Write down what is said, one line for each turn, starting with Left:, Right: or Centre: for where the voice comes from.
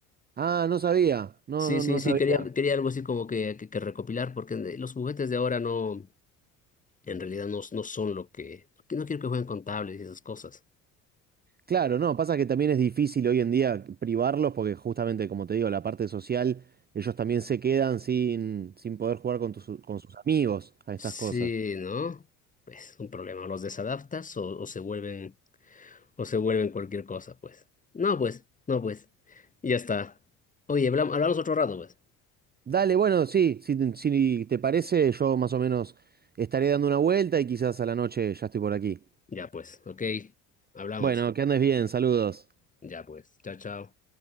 Right: Ah, no sabía. No,
Left: Sí,
Right: no,
Left: sí,
Right: no
Left: sí,
Right: sabía.
Left: quería, quería algo así como que, que, que recopilar, porque de- los juguetes de ahora no, en realidad no, no son lo que, no quiero que jueguen con tablets y esas cosas.
Right: Claro, no, pasa que también es difícil hoy en día privarlos porque justamente, como te digo, la parte social, ellos también se quedan sin, sin poder jugar con, tus- con sus amigos a estas
Left: Sí,
Right: cosas.
Left: ¿no? Pues un problema, los desadaptas o, o se vuelven o se vuelven cualquier cosa, pues. No, pues, no, pues. Ya está. Oye, hablam- hablamos otro rato, pues.
Right: Dale, bueno, sí, si, te si te parece, yo más o menos estaré dando una vuelta y quizás a la noche ya estoy por aquí.
Left: Ya, pues, ok. Hablamos.
Right: Bueno, que andes bien, saludos.
Left: Ya, pues. Chao, chao.